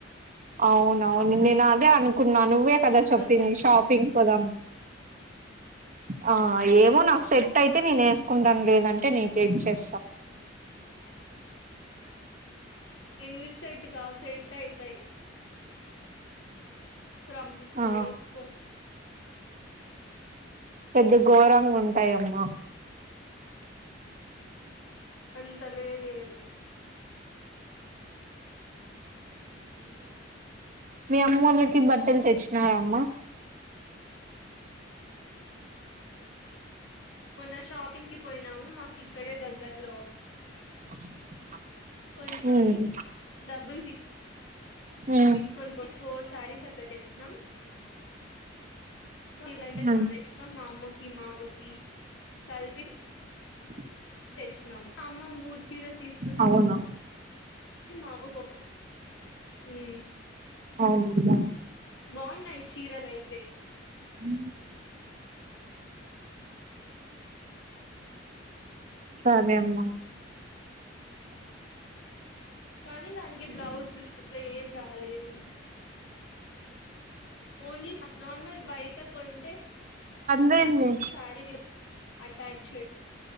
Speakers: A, on the right (about 45°); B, on the left (about 85°).
A: అవునువును నినా అదే అనుకున్నా నువ్వే
B: కొంచెం
A: కదా
B: అనార్కలీస్
A: చెప్పింది షాపింగ్ పోదాం ఆ ఏమో నాకు సెట్ అయితే నేను వేసుకుంటాను లేదంటే నీ చేే చేస్తాం
B: ఎందుకు సెట్ కావు సెట్ అయితాయి ఫంపిస్తాయి
A: ఆ
B: ఇకో
A: పెద్ద ఘోరంగా ఉంటాయమ్మా
B: అంతా లేదేమి
A: మీ అమ్మ వాళ్ళకి బట్టలు తెచ్చు నా అమ్మా
B: మొన్న షాపింగ్కిి పోయినాము మాకు ఇక్కడే దగ్గర్లో
A: <unintelligible>
B: కొంచసాయి
A: ఉమ్
B: డబ్బులు తీ
A: ఉమ్
B: తీసుకొని పో ఫోర్ శారీస్ అట్ల తెచ్చినాం వీలంటే చాలా
A: ఉమ్
B: ఇష్టం మా అమ్మకి మా అవ్వకి చల్పి
A: <inaudible>
B: తెసిన అమ్మ మూడు చీరలు తీసుకుని
A: అవును
B: ఇ మావ ఒక ఈ
A: అవును మా
B: బాగున్నాయి చీరలు అయితే
A: అ సరే అమ్మా
B: కానీ దానికి బ్లౌజ్లు అట్లా ఏం రాలే ఇదు ఓన్లీ నార్మల్ బయట కొంటే
A: లేన్ వే
B: శారీ విత్ అటాచ్డ్